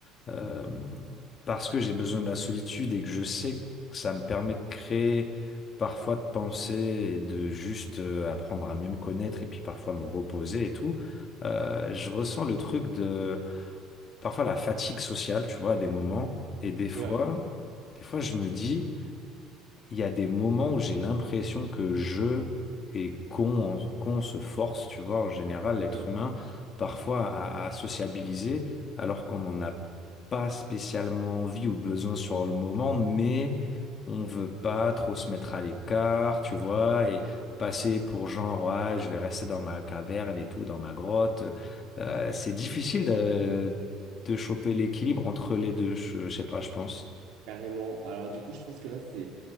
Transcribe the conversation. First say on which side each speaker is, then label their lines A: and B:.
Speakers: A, on the left; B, on the right.
A: euh, parce que j'ai besoin de la solitude et que je sais que ça me permet de créer, parfois de penser et de juste euh, apprendre à mieux me connaître et puis parfois me reposer et tout. Euh, je ressens le truc de parfois la fatigue sociale, tu vois, à des moments. Et des fois,
B: ouais,
A: des fois, je me dis il y a des moments où j'ai l'impression que je et qu'on qu'on se force, tu vois, en général, l'être
B: ouais,
A: humain, parfois à, à sociabiliser, alors qu'on n'en a pas spécialement envie ou besoin sur le moment, mais on veut pas trop se mettre à l'écart, tu vois, et passer pour genre, ah, je vais rester dans ma caverne et tout, dans ma grotte. Euh, c'est difficile de, de choper l'équilibre entre les deux, je je sais pas, je pense.
B: carrément. Alors, du coup, je pense que là, c'est,